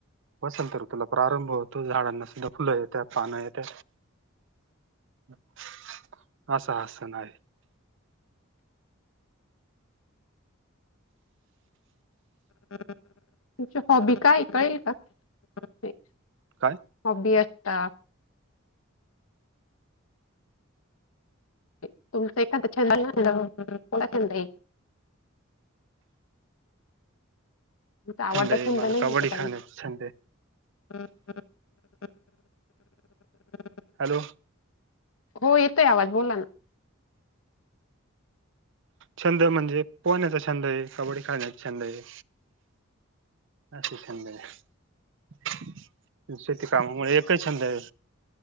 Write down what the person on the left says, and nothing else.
<inaudible> तुमची हॉबी काय कळेल का? <inaudible>
हॉबी असता. तुमचं एखाद छंद <unintelligible> आवडता
छंद
नाहीये
का काही?
<inaudible>
हो येतोय आवाज बोला ना.